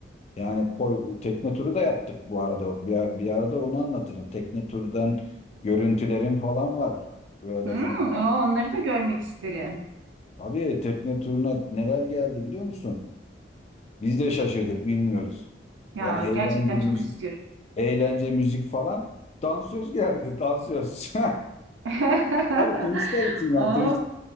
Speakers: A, on the left; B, on the right.
A: Yani koy, tekne turu da yaptık bu arada. Bir, bir arada onu anlatırım. Tekne turdan görüntülerim falan var. Böyle
B: Hmm,
A: il...
B: o, onları da görmek isterim.
A: Tabii tekne turuna neler geldi biliyor musun? Biz de şaşırdık, bilmiyoruz.
B: Ya
A: Yani eğlence
B: gerçekten
A: müzik,
B: çok istiyorum.
A: eğlence müzik falan. Dansöz geldi, dansöz. <laughs>
B: <laughs>
A: Tabii turistler için
B: Oh,
A: yani.